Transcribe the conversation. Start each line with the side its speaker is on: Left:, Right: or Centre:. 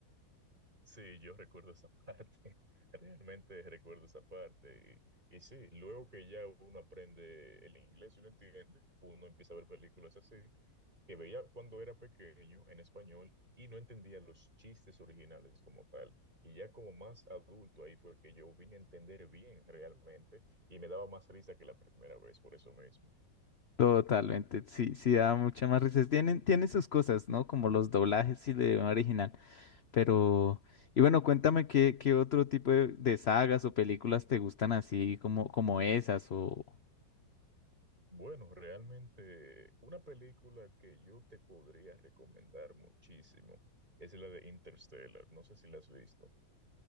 Right: Sí, yo recuerdo esa parte, <laughs> realmente recuerdo esa parte. Y, y sí, luego que ya uno aprende el inglés y lo entiende, uno empieza a ver películas así, que veía cuando era pequeño en español y no entendía los chistes originales como tal. Y ya como más adulto, ahí fue que yo vine a entender bien realmente y me daba más risa que la primera vez, por eso mismo.
Left: Totalmente, sí, sí da mucha más risa. Tienen, tienen sus cosas, ¿no? Como los doblajes y el idioma original. Pero, y bueno, cuéntame qué, qué otro tipo de, de sagas o películas te gustan así como, como esas o...
Right: Bueno, realmente una película que yo te podría recomendar muchísimo es la de Interstellar. No sé si la has visto.